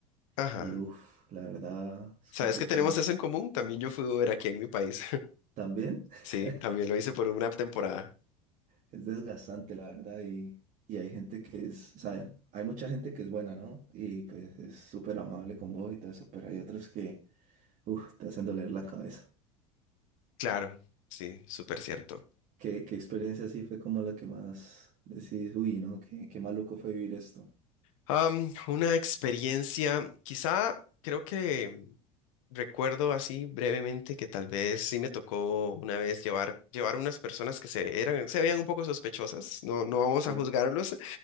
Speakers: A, on the left; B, on the right.
A: Ajá.
B: y uff, la verdad es
A: ¿Sabes
B: complicado.
A: que tenemos eso en común? También yo fui Uber aquí en mi país. <laughs>
B: ¿También?
A: Sí,
B: <laughs>
A: también lo hice por una temporada.
B: Es desgastante, la verdad, y, y hay gente que es, o sea, hay mucha gente que es buena, ¿no? Y pues es súper amable con vos y todo eso, pero hay otros que, uff, te hacen doler la cabeza.
A: Claro, sí, súper cierto.
B: ¿Qué, qué experiencia así fue como la que más decís, uy, ¿no? Qué, qué maluco fue vivir esto.
A: Am, una experiencia, quizá creo que recuerdo así brevemente que tal vez sí me tocó una vez llevar, llevar unas personas que se, eran, se veían un poco sospechosas. No, no vamos
B: Sí,
A: a juzgarlos.
B: un